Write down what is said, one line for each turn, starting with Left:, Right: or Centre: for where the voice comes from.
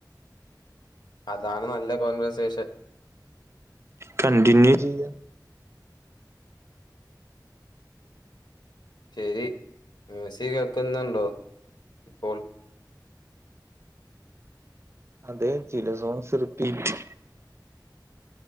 Left: അതാണ് നല്ല കോൺവർസേഷൻ
Right: കണ്ടിന്യൂ ചെയ്യ
Left: ശരി മ്യൂസിക് കേക്ക്ന്നുണ്ടോ ഇപ്പോൾ
Right: അതെ ചില സോങ്സ് റീപ്പിറ്റ്